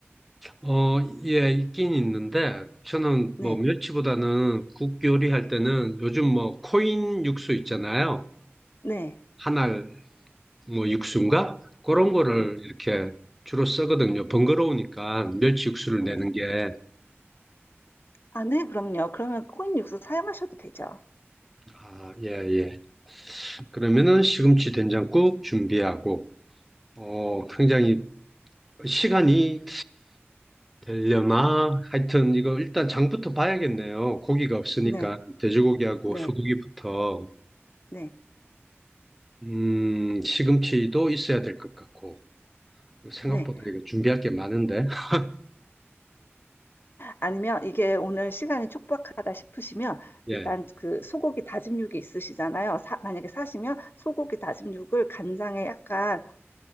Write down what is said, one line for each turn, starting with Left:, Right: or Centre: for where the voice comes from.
Centre: 어, 예, 있긴 있는데, 저는
Left: 네,
Centre: 뭐 멸치보다는 국 요리할 때는 요즘 뭐 코인 육수 있잖아요.
Left: 네,
Centre: 한알 뭐 육수인가? 그런 거를
Left: 음,
Centre: 이렇게 주로 쓰거든요. 번거로우니까 멸치 육수를
Left: 네.
Centre: 내는 게.
Left: 아, 네, 그럼요. 그러면 코인 육수 사용하셔도 되죠.
Centre: 아, 예, 예. 그러면은 시금치 된장국 준비하고, 어, 굉장히 시간이 되려나? 하여튼 이거 일단 장부터 봐야겠네요. 고기가 없으니까
Left: 네.
Centre: 돼지고기하고
Left: 네,
Centre: 소고기부터
Left: 네,
Centre: 음, 시금치도 있어야 될 것 같고 생각보다
Left: 네.
Centre: 이거 준비할 게 많은데. <laughs>
Left: 아니면 이게 오늘 시간이 촉박하다 싶으시면
Centre: 예.
Left: 일단 그 소고기 다짐육이 있으시잖아요. 사- 만약에 사시면 소고기 다짐육을 간장에 약간